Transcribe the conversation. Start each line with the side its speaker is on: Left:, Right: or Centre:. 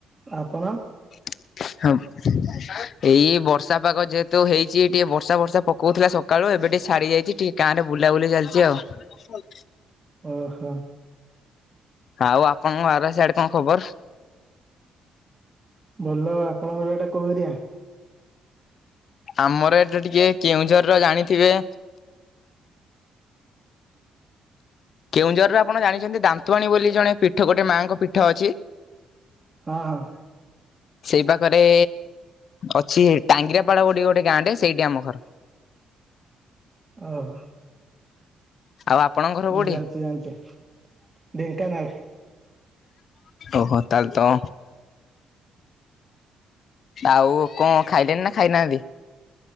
Right: ଆପଣ?
Left: <unintelligible> ଏଇ ବର୍ଷା ପାଗ ଯେହେତୁ ହେଇଛି ଟିକେ ବର୍ଷା ବର୍ଷା ପକଉଥିଲା ସକାଳୁ ଏବେ ଟିକେ ଛାଡ଼ି ଯାଇଛି ଟିକେ। ଗାଁ ରେ ବୁଲାବୁଲି ଚାଲିଛି ଆଉ।
Right: ଓହୋ।
Left: ଆଉ ଆପଣଙ୍କ ବାର ସିଆଡେ କଣ ଖବର?
Right: ଭଲ ଆପଣଙ୍କର ଏଟା କୋଉ ଏରିଆ?
Left: ଆମର ଏଠି ଟିକେ କେଉଁଝରର ଜାଣିଥିବେ। କେଉଁଝରରେ ଆପଣ ଜାଣିଛନ୍ତି ଦାନ୍ତୁବାଣୀ ବୋଲି ଜଣେ ପୀଠ ଗୋଟେ ମାଙ୍କ ପୀଠ ଅଛି।
Right: ହଁ ହଁ
Left: ସେଇ ପାଖରେ ଅଛି ଟାଙ୍ଗିରାଆପାଳ ଗୋଟେ ଗୋଟେ ଗାଁଟେ ସେଇଠି ଆମ ଘର।
Right: ଓହୋ।
Left: ଆଉ ଆପଣଙ୍କ ଘର କୋଉଠି?
Right: ଜାଣିଛି ଜାଣିଛି ଢେଙ୍କାନାଳ
Left: ଓହୋ ତାହେଲେ ତ ଆଉ କଣ ଖାଇଲେଣି ନା ଖାଇନାହାନ୍ତି?